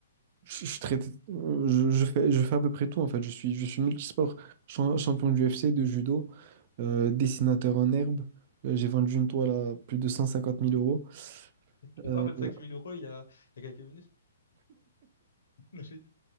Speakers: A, on the right; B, on the left.
A: Je, je traite- euh, je- je fais, je fais à peu près tout en fait. Je suis, je suis multisport, Cham- champion du UFC, de judo, euh, dessinateur en herbe. Euh, j'ai vendu une toile à plus de 150 000 euros.
B: sais
A: Euh,
B: pas, votre 5000 euros il y a, il y a quelques minutes. <laughs>